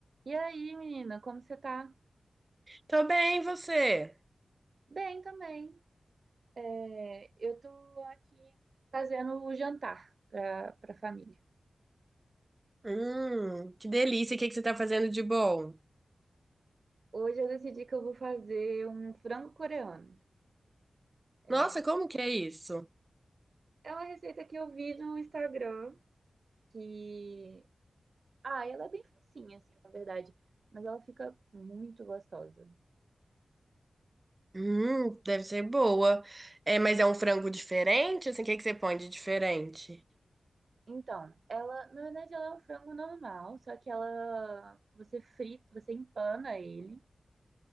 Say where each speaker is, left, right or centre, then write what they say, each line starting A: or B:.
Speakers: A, on the right; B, on the right.
A: E aí, menina, como você tá?
B: Tô bem, e você?
A: Bem também. É, eu tô aqui fazendo o jantar pra, pra família.
B: Hum, que delícia. O que que você tá fazendo de bom?
A: Hoje eu decidi que eu vou fazer um frango coreano. É,
B: Nossa,
A: um-
B: como que é isso?
A: é uma receita que eu vi no Instagram que... Ah, ela é bem facinha, assim, na verdade. Mas ela fica muito gostosa.
B: Hum, deve ser boa. É, mas é um frango diferente? Assim, o que que você põe de diferente?
A: Então, ela, na verdade, ela é um frango normal, só que ela, você frita, você empana ele.